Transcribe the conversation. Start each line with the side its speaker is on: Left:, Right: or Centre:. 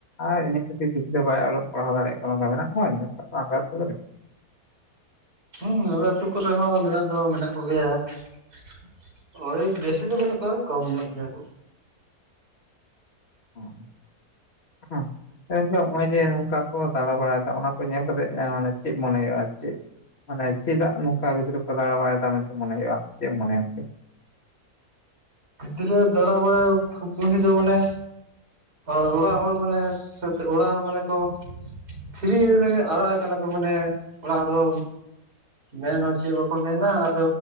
Left: ᱟᱨ ᱤᱱᱟᱹ ᱠᱟᱹᱤᱡ ᱫ ᱫᱚ ᱵᱟᱭ ᱚᱞᱚᱜ ᱯᱟᱲᱦᱟᱣ ᱫᱟᱲᱮᱭᱟᱜ ᱠᱟᱱᱟ ᱱᱚᱚᱱ ᱧᱮᱞᱟᱜ ᱨᱮ <unintelligible>
Right: ᱦᱮᱸ ᱟᱞᱮ ᱟᱹᱛᱩ ᱠᱚᱨᱮ ᱦᱚᱸ ᱢᱮᱱᱟᱜ ᱫᱚ ᱢᱮᱱᱟᱜ ᱠᱚᱜᱮᱭᱟ ᱾ ᱳᱭ ᱵᱮᱥᱤ ᱫᱚ ᱵᱟᱹᱱᱩᱜ ᱠᱚᱣᱟ ᱠᱚᱢ ᱧᱚᱜ ᱜᱮᱭᱟ ᱠᱚ ᱾
Left: ᱦ ᱦᱮᱸ <unintelligible> ᱱᱚᱜ ᱚᱭ ᱡᱮ ᱱᱚᱝᱠᱟ ᱠᱚ ᱫᱟᱬᱟ ᱵᱟᱲᱟ ᱦᱟᱠᱟ -ᱟ ᱾ ᱚᱱᱟ ᱠᱚ ᱧᱮᱞ ᱠᱟᱛᱮᱜ ᱢᱟᱱᱮ ᱪᱮᱫ ᱢᱚᱱᱮ ᱦᱩᱭᱩᱜᱼᱟ ᱪᱮᱫ <inaudible> ᱢᱟᱱᱮ ᱦᱪᱮᱫᱟ ᱱᱚᱝᱠᱟ ᱜᱽ ᱯᱚᱫᱟᱲ ᱵᱟᱟᱭ ᱫᱟᱢ ᱢᱮ ᱦᱩᱭᱩᱜ ᱢᱚᱱᱮᱠ <unintelligible>
Right: ᱜᱤᱫᱽᱨᱟ. ᱫᱟᱸᱬᱟ ᱵᱟᱲᱟ ᱯᱩᱴᱟᱱᱤ ᱫᱚ ᱢᱟᱱᱮ ᱟᱨ ᱚᱲᱟᱜ ᱦᱚᱲ ᱢᱟᱱᱮ ᱚᱲᱟᱜ ᱦᱚᱲ ᱢᱟᱱᱮ ᱠᱚ ᱯᱷᱤᱨᱤ ᱚᱱᱮ ᱟᱲᱟᱜ ᱠᱟᱱᱟ ᱠᱚ ᱢᱟᱱᱮ ᱚᱲᱟᱜ ᱨᱮᱫᱚ ᱢᱮᱱ ᱦᱚᱸ ᱪᱮᱫ ᱵᱟᱠᱚ ᱢᱮᱱᱟ ᱟᱨ